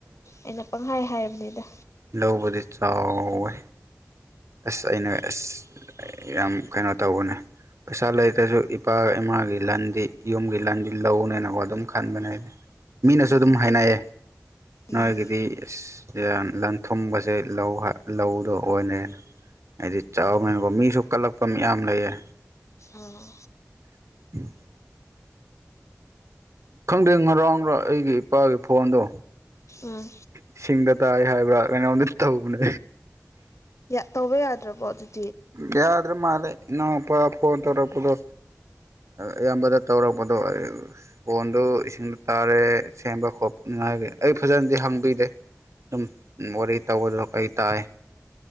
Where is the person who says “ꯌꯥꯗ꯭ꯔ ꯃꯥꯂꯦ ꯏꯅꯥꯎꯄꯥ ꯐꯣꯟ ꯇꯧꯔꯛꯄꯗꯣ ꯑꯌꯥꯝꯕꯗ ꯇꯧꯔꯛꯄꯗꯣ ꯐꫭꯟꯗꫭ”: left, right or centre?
Right